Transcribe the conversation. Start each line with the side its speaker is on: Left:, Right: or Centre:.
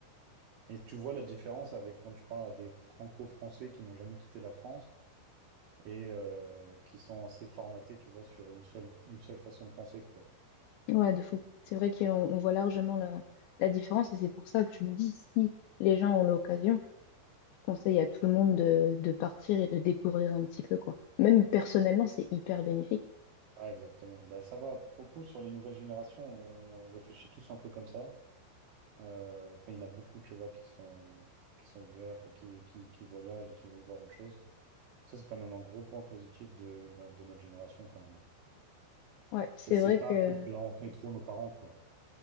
Right: Et tu vois la différence avec quand tu parles à des franco-français qui n'ont jamais quitté la France et euh, qui sont assez formatés, tu vois, sur une seule, une seule façon de penser, quoi.
Left: ouais, de fou. C'est vrai qu'on on voit largement la, la différence et c'est pour ça que je me dis, si les gens ont l'occasion, je conseille à tout le monde de, de partir et de découvrir un petit peu, quoi. Même personnellement, c'est hyper bénéfique.
Right: Ah, exactement. Bah, ça va. Pour le coup, sur les nouvelles générations, on, on réfléchit tous un peu comme ça. Euh, Enfin, il y en a beaucoup, tu vois, qui sont, qui sont ouverts et qui, qui, qui voyagent et qui veulent voir autre chose. Ça, c'est quand même un gros point positif de, la, de notre génération, quand même. hein.
Left: Ouais, c'est
Right: C'est c'est
Left: vrai
Right: pas
Left: que
Right: un truc que leur ont fait trop nos parents, quoi.